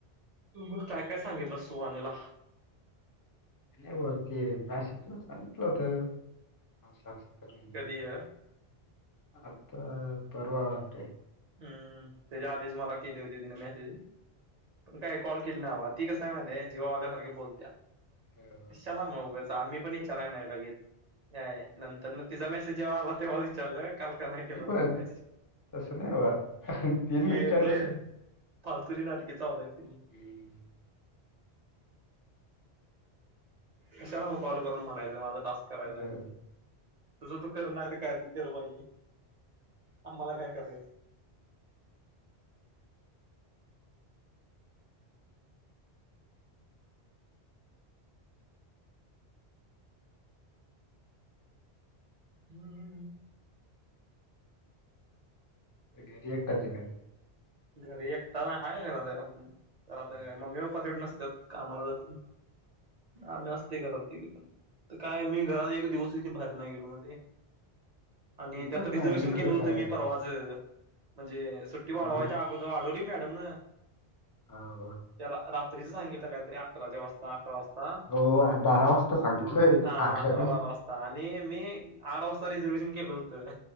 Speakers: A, on the right; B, on the left.
A: मग काय काय सांगितलं सुहानीला
B: नाही ब ते मॅसेजवर सांगितलं होत असं असं कर म्हणून
A: कधी ये
B: आता पर्वा आलते
A: हम्म त्याच्या आधीच मला केली होती तिने मेसेज पण काय कॉल केलेला हवा ती कसय आहे माहिती ये जिगावाल्यासारख्या बोलत्या
B: अं,
A: कशाला मग उगाच आम्ही पण विचारय नाही लगेच याय नंतर तिचा मेसेज जेव्हा आला तेव्हा विचारल काल का नाही केला
B: मी
A: तुम्ही
B: पण
A: मॅसेज
B: तसं नाही बा तीन
A: येले
B: विचारलं तर
A: फालतूची नाटककी चावलंती मग
B: हम्म
A: कशाला मग कॉल करून म्हणायचंय माझा टास्क करायचाय
B: अ,
A: तुझं तू कर नाही तर करायचं कर बाई पण मला काय करायचं हम्म
B: घरी एकटाचे का मग
A: घरी एकटा नाय हाय घरात <unintelligible> तर
B: अं,
A: काय मम्मी पप्पा तीड नसतात कामाला जात ना आम्ही असतो घरात तिघ पण त काय मी एक दिवस त भारी नाही गेलो मध्ये आणि
B: मी
A: त्यात
B: पण
A: रिझर्वेशन
B: नाही इकडच
A: केलं होतं
B: आहे
A: मी
B: आता
A: परवा ज म्हणजे सुट्टी वाढवायची
B: हा मग
A: अगोद वाढवली मॅडम न
B: हो
A: त्या रात्रीचं सांगितलं काहीतरी अकराच्या अकरा वाजता
B: हो बारा वाजता सांगितलंय
A: हा हा अकरा
B: नाही
A: बारा वाजता आणि मी आठ वाजता रिझर्वेशन केलं होतं